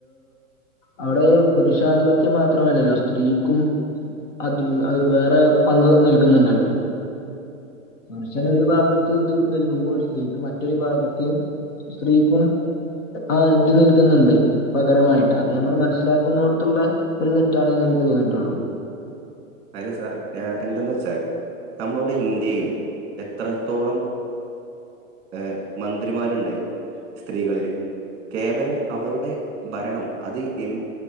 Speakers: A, on the left (about 60°); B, on the right (about 25°).
A: അവിടെ പുരുഷാധിപത്യം- മാത്രമല്ലല്ലോ, സ്ത്രീക്കും- അത്, അത് വേറെ പങ്ക്- നൽകുന്നുണ്ടല്ലോ. പുരുഷൻ ഒരു ഭാഗത്ത് ഇത്- നൽകുമ്പോൾ സ്ത്രീക്ക് മറ്റൊരു- ഭാഗത്ത്- സ്ത്രീക്കും ആഹ് ഇത്- നൽക്കുന്നുണ്ട്. പകരമായിട്ട് അത് നമ്മള്- മനസ്സിലാക്കുന്നൊടത്തുള്ള ഒരു- തെറ്റാണെന്ന് എനിക്ക് തോന്നിയിട്ടുള്ളു.
B: അല്ല സാർ, ഞാ എന്തന്ന് വെച്ചാൽ- നമ്മളുടെ ഇന്ത്യയില് എത്രത്തോളം- ഏഹ് മന്ത്രിമാരുണ്ട് സ്ത്രീകളില്. കേവലം അവരുടെ ഭരണം അത് എ-